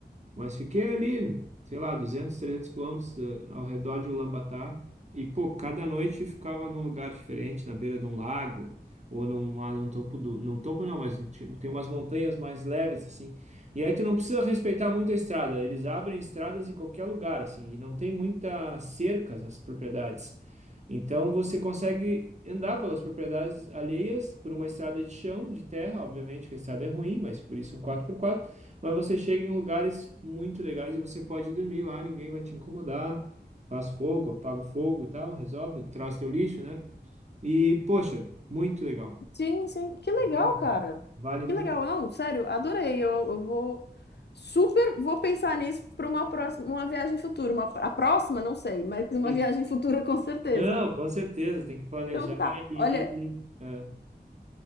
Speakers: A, on the right; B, on the left.
A: Mas fiquei ali, sei lá, 200, 300 quilômetros eh, ao redor de Ulaanbaatar. E, pô, cada noite ficava num lugar diferente, na beira de um lago, ou numa, num topo do... No topo não, mas ti- tem umas montanhas mais leves, assim. E aí tu não precisa respeitar muito a estrada. Eles abrem estradas em qualquer lugar, assim. E não tem muita cercas as propriedades. Então você consegue andar pelas propriedades alheias por uma estrada de chão, de terra, obviamente que a estrada é ruim, mas por isso um quatro por quatro. Mas você chega em lugares muito legais e você pode dormir lá, ninguém vai te incomodar. Faz fogo, apaga o fogo e tal, resolve, traz teu lixo, né? E, poxa, muito legal.
B: Sim, sim. Que legal,
A: Vale,
B: cara.
A: vale
B: Que
A: muito
B: legal.
A: a
B: Não, sério, adorei. Eu, eu vou super vou pensar nisso para uma próxima, uma viagem futura. Uma, a próxima, não sei, mas uma
A: pena.
B: <laughs> viagem futura com certeza.
A: Não, com certeza, tem que planejar
B: Então tá.
A: e.
B: Olha,
A: e- é.